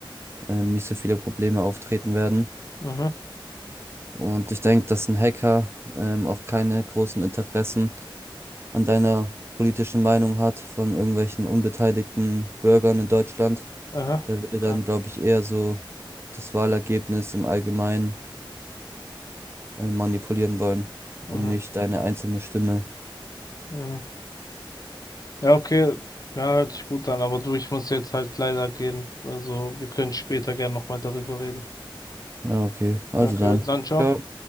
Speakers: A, on the right; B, on the left.
A: ähm, nicht so viele Probleme auftreten werden.
B: mhm,
A: Und ich denke, dass ein Hacker ähm, auch keine großen Interessen an deiner politischen Meinung hat von irgendwelchen unbeteiligten Bürgern in Deutschland.
B: aha,
A: Der würde
B: okay.
A: dann, glaube ich, eher so das Wahlergebnis im Allgemeinen äh, manipulieren wollen
B: Mhm,
A: und nicht deine einzelne Stimme.
B: mhm. Ja, okay. Ja, hört sich gut an, aber du, ich muss jetzt halt leider gehen. Also, wir können später gern nochmal darüber reden.
A: Ja, okay. Also
B: Okay,
A: dann.
B: dann ciao.
A: Ciao.